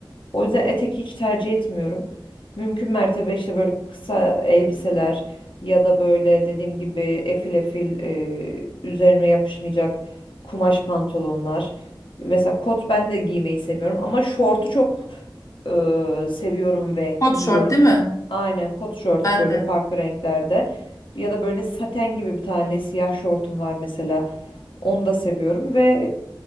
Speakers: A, on the left; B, on the left.
A: O yüzden etek hiç tercih etmiyorum. Mümkün mertebe işte böyle kısa elbiseler ya da böyle dediğim gibi efil efil e, üzerime yapışmayacak kumaş pantolonlar. Mesela kot ben de giymeyi seviyorum ama şortu çok e, seviyorum ve
B: Hot
A: giyiyorum.
B: short değil mi?
A: Aynen kot şort
B: Ben
A: böyle
B: de.
A: farklı renklerde. Ya da böyle saten gibi bir tane siyah şortum var mesela. Onu da seviyorum ve